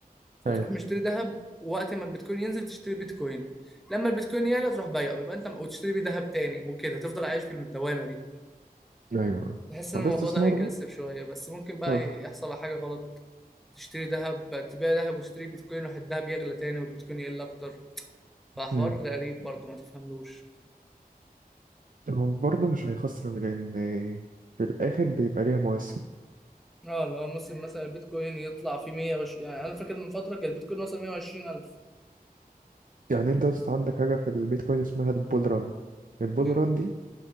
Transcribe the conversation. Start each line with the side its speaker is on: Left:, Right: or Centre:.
Centre: فتروح
Right: ايوه
Centre: مشتري ذهب وقت ما البيتكوين ينزل تشتري بيتكوين لما البيتكوين يعلى تروح بيعه ويبقى انت وتشتري بيه ذهب تاني وكده تفضل عايش في الدوامة دي
Right: ايوه
Centre: بحس ان
Right: ما
Centre: الموضوع
Right: ده استثمار
Centre: ده هيكسب
Right: بقى
Centre: شوية بس ممكن بقى
Right: آه.
Centre: يحصل على حاجة غلط تشتري ذهب تبيع ذهب وتشتري بيتكوين واحد الذهب يغلى تاني والبيتكوين يقل اكتر فحوار
Right: امم
Centre: غريب برضه ما تفهملوش
Right: هو برضه مش هيخسر لان في الاخر بيبقى ليها مواسم
Centre: اه اللي هو ممكن مثلا البيتكوين يطلع في 120 يعني انا فاكر من فتره كان البيتكوين وصل 120000
Right: يعني انت اصلا عندك حاجه في البيتكوين اسمها البول ران البول
Centre: امم
Right: ران دي